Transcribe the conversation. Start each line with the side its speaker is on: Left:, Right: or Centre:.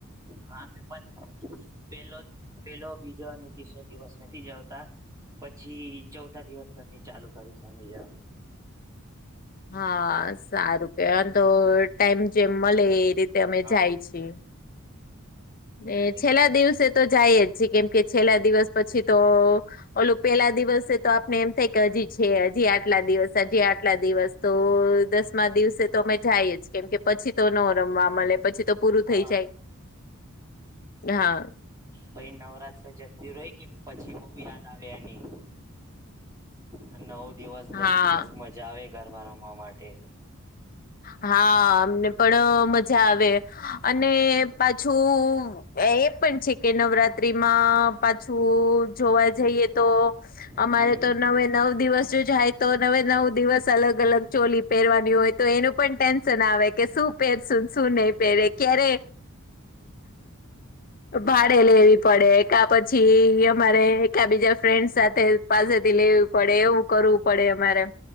Right: હા મે પણ પેલો પેલો બીજો અને ત્રીસો દિવસ નથી જતાં. પછી ચૌથા દિવસ પછી ચાલુ કરી છે અમે જવાનું
Left: હા, સારું કે તો ટાઈમ જેમ મળે એ રીતે અમે
Right: હા
Left: જાય છીએ. ને
Right: એ
Left: છેલ્લા
Right: બહુ
Left: દિવસે તો જાય જ છે કેમ કે છેલ્લા દિવસ પછી તો ઓલું પેલા દિવસે તો આપને એમ થાય કે હજી છે હજી આટલા દિવસ હજી આટલા દિવસ. તો દસમા દિવસે તો અમે જાય જ. કેમ કે પછી તો ન રમવા મળે પછી ત તો પૂરું
Right: હા
Left: થઈ જાય. નાહા
Right: પહી નવરાત્ર જતુ રય કે પછી બઉ યાદ આવે એની. અને નવ દિવસ દસ
Left: હા
Right: દિવસ મજા આવે એ ગરબા રમવા માટે.
Left: હા, અમને પણ મજા આવે અને પાછું એ પણ છે કે નવરાત્રીમાં પાછું જોવા જઈએ તો અમારે
Right: હમ
Left: તો નવે નવ દિવસ જો જાય તો નવે નવ દિવસ અલગ- અલગ ચોલી પહેરવાની હોય તો એનું પણ ટેન્શન આવે કે શું પહેરશું શું નહી પહેરે ક્યારે ભાડે
Right: હા
Left: લેવી પડે કા પછી અમારે કા બીજા ફ્રેન્ડ સાથે પાસેથી લેવી પડે એવું કરવું પડે અમારે.